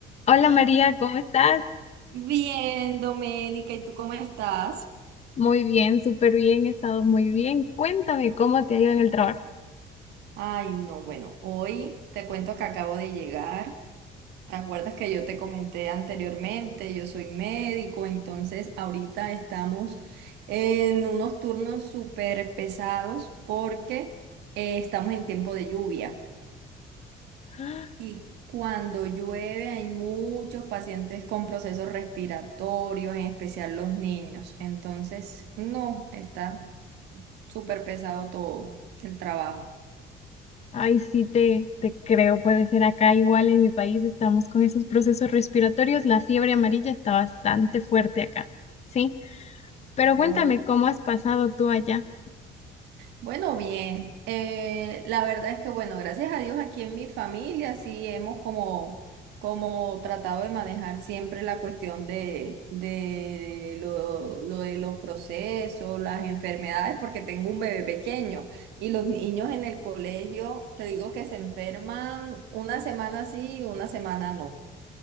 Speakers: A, on the left; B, on the right.
A: Hola María, ¿cómo estás?
B: Bien, Doménica, ¿y tú cómo estás?
A: Muy bien, súper bien, he estado muy bien. Cuéntame cómo te ha ido en el trabajo.
B: Ay, no, bueno, hoy te cuento que acabo de llegar. ¿Te acuerdas que yo te comenté anteriormente? Yo soy médico, entonces ahorita estamos en unos turnos súper pesados porque eh, estamos en tiempo de lluvia.
A: ¡Ah!
B: Y cuando llueve hay muchos pacientes con procesos respiratorios, en especial los niños. Entonces, no, está súper pesado todo el trabajo.
A: Ay, sí, te, te creo, puede ser acá igual en mi país estamos con esos procesos respiratorios, la fiebre amarilla está bastante fuerte acá, ¿sí? Pero cuéntame
B: Oh,
A: cómo has pasado tú allá,
B: Bueno, bien, eh, la verdad es que bueno, gracias a Dios aquí en mi familia sí hemos como, como tratado de manejar siempre la cuestión de, de, de lo, lo de los procesos, las enfermedades, porque tengo un bebé pequeño y los niños en el colegio, te digo que se enferman una semana sí y una semana no.